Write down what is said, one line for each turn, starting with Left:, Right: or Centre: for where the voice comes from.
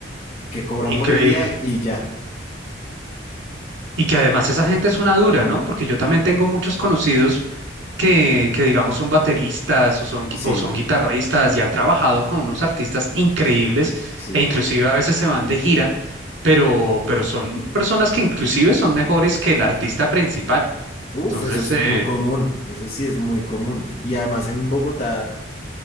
Left: que cobran
Right: Increíble.
Left: por el día y ya.
Right: Y que además esa gente es una dura, ¿no? Porque yo también tengo muchos conocidos que, que digamos son bateristas o son, gui-
Left: Sí,
Right: o son guitarristas y han trabajado con unos artistas increíbles
Left: sí.
Right: e inclusive a veces se van de gira, pero, pero son personas que inclusive son mejores que el artista principal.
Left: Uf,
Right: Entonces,
Left: eso es
Right: eh,
Left: muy común, eso sí es muy común. Y además en Bogotá